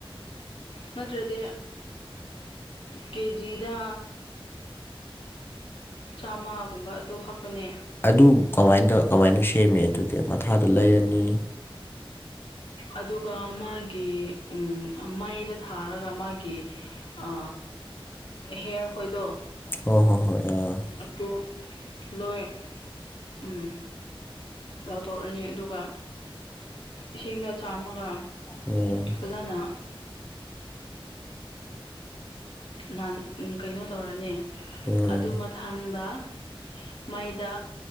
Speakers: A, on the left (about 60°); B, on the left (about 25°).
A: ꯅꯠꯇ꯭ꯔꯗꯤ ꯀꯦꯖꯤꯗ ꯆꯥꯝꯃꯒꯨꯝꯕ ꯑꯗꯨ ꯈꯛꯇꯅꯦ
B: ꯑꯗꯨ ꯀꯃꯥꯅ ꯇꯧ ꯀꯃꯥꯏꯅ ꯁꯦꯝꯃꯦ ꯑꯗꯨꯗꯤ ꯃꯊꯥꯗꯨ ꯂꯩꯔꯅꯤ
A: ꯑꯗꯨꯒ ꯃꯥꯒꯤ ꯎꯝ ꯃꯩꯗ ꯊꯥꯔꯒ ꯃꯥꯒꯤ ꯑ ꯍꯦꯌꯔ ꯈꯣꯏꯗꯣ
B: ꯑꯣ ꯍꯣ ꯍꯣꯏ ꯑ <unintelligible> <inaudible>
A: ꯑꯗꯨ ꯂꯣꯏ ꯎꯝ ꯂꯧꯊꯣꯛꯑꯅꯤ ꯑꯗꯨꯒ ꯏꯁꯤꯡꯗ ꯆꯥꯝꯃꯒ
B: ꯎꯝ <unintelligible> <inaudible>
A: ꯑꯣꯖꯥꯅ ꯅꯍꯥꯟ ꯀꯩꯅꯣ ꯇꯧꯔꯅꯤ
B: ꯎꯝ
A: ꯑꯗꯨ ꯃꯊꯥꯡꯗ ꯃꯩꯗ